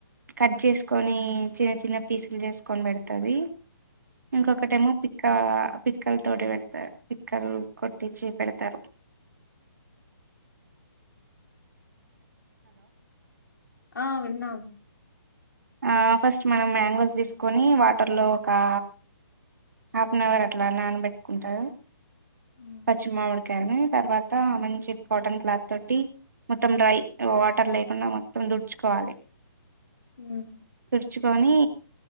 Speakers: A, on the right; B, on the left.
A: కట్ చేసుకొని చిన్న చిన్న పీసులు చేసుకొని పెడుతది. ఇంకొకటేమో
B: మ్మ్.
A: పిక్క పిక్కల్ తోటి పెడతర్ పిక్కల్ కొట్టి పిచీ పెడుతారు.
B: ఆ విన్నా.
A: ఆ ఫస్ట్ మనం మ్యాంగోస్ తీసుకొని వాటర్లో ఒకా హాఫ్ అన్ అవర్ అట్ల నానబెట్టుకుంటారు.
B: మ్మ్
A: పచ్చిమావిడి కడగడం తర్వాత మంచి కాటన్ క్లాత్ తోటి మొత్తం డ్రై వాటర్ లేకుండా మొత్తం తు డ్చుకోవాలి.
B: ఉ
A: తుడుచుకొని